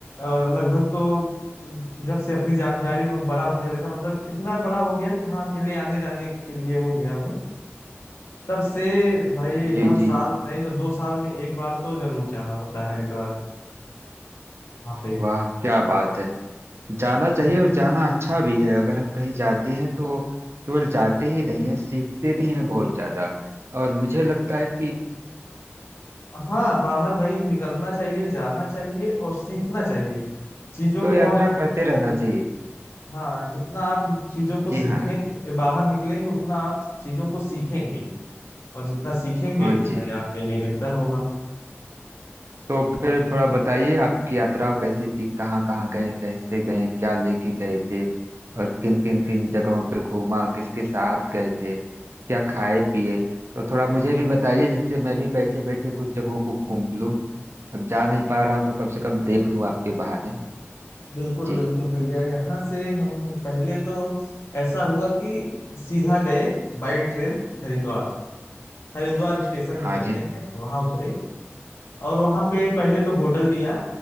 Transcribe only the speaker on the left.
और लगभग तो हम्म, जब से अपनी जानकारी में बड़ा होने लगा मतलब इतना बड़ा हो गया कि हाँ अकेले आने जाने के लिए हो गया हूँ तब से भाई
हर
साल
नहीं तो दो साल में एक बार तो जरूर जाना होता है हरिद्वार वहाँ पे
हाँ बाहर भाई निकलना चाहिए जाना चाहिए और सीखना चाहिए चीजों
को
आप
हाँ जितना आप चीजों को सीखेंगे
बाहर निकलेंगे उतना आप चीजों को सीखेंगे और जितना सीखेंगे
उतना
ही आपके लिए बेहतर होगा
बिल्कुल
बिल्कुल भैया यहाँ से हम पहले तो ऐसा हुआ कि सीधा गए by train Haridwar Haridwar station
उतरते
हैं वहां उतरे और वहां पे पहले तो होटल लिया